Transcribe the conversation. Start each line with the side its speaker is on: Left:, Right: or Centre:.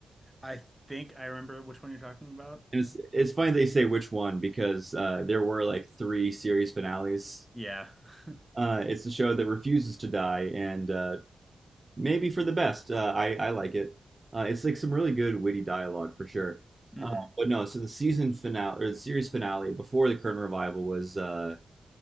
Centre: I think I remember which one you're talking about.
Right: And it's it's funny they say which one because uh, there were like three series finales.
Centre: Yeah. <laughs>
Right: Uh, it's the show that refuses to die and uh, maybe for the best. Uh, I I like it. Uh, it's like some really good witty dialogue for sure.
Centre: hmm
Right: Uh, but no, so the season finale or the series finale before the current revival was uh,